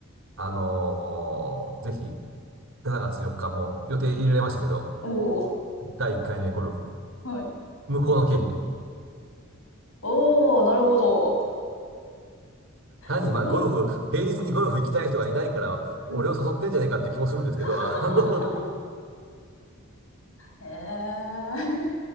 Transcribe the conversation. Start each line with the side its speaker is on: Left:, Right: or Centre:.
Right: あのーぜひ、7月4日も予定入れられましたけど、
Left: うんおお、
Right: 第1回目ゴルフ。
Left: はい。
Right: 向こうの経費で。
Left: おお、なるほど。<laughs>
Right: 単にまあゴルフ、
Left: すごい。
Right: 平日にゴルフ行きたい人がいないから、俺を誘ってんじゃねえかって気もするんですけど、
Left: うん。<laughs>
Right: あの
Left: へえ。